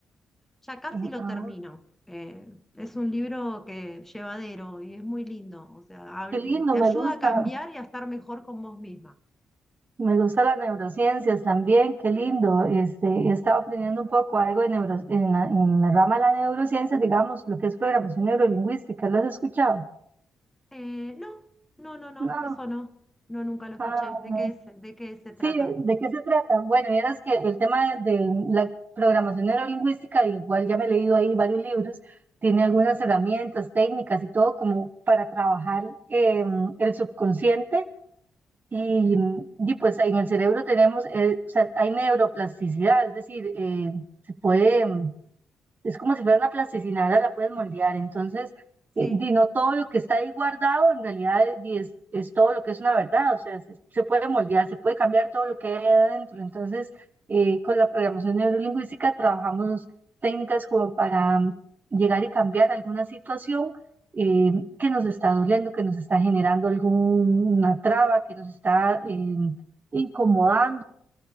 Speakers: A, in the centre; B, on the right.
A: Ya casi
B: Eh,
A: lo
B: ah,
A: termino. Eh, es un libro que llevadero y es muy lindo. O sea, hab-
B: qué lindo,
A: eh, te
B: me
A: ayuda
B: gusta.
A: a cambiar y a estar mejor con vos misma.
B: Me gustan las neurociencias también, qué lindo. Este, he estado aprendiendo un poco algo de neuro, en la, en la rama de la neurociencia, digamos, lo que es programación neurolingüística. ¿Lo has escuchado?
A: Eh, no, no, no, no,
B: No.
A: eso no. No, nunca lo escuché.
B: Ah,
A: ¿De qué se, de qué se trata?
B: sí, ¿de qué se trata? Bueno, vieras que el tema de, de la programación neurolingüística, igual ya me he leído ahí varios libros, tiene algunas herramientas, técnicas y todo como para trabajar em, el subconsciente Y, y, pues en el cerebro tenemos, eh, o sea, hay neuroplasticidad, es decir, eh, se puede mm, es como si fuera una plasticina, ahora la puedes moldear. Entonces,
A: Sí.
B: eh, di, no todo lo que está ahí guardado en realidad di, es, es todo lo que es una verdad, o sea, se, se puede moldear, se puede cambiar todo lo que hay adentro. Entonces, eh, con la programación neurolingüística trabajamos técnicas como para mm, llegar y cambiar alguna situación eh, que nos está doliendo, que nos está generando alguna traba, que nos está eh, incomodando.